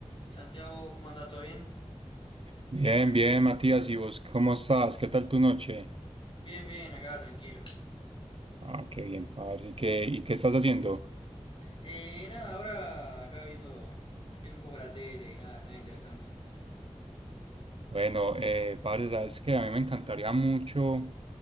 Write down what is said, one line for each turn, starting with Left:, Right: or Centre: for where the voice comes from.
Left: Santiago, ¿cómo andás? ¿Todo bien?
Right: Bien, bien, Matías, ¿y vos cómo estás? ¿Qué tal tu noche?
Left: Bien, bien, acá tranquilo.
Right: Ah, qué bien, parce. ¿Y qué, y qué estás haciendo?
Left: Eh, nada, ahora acá viendo, viendo un poco la tele, nada, nada interesante.
Right: Bueno, eh, parce, sabes que a mí me encantaría mucho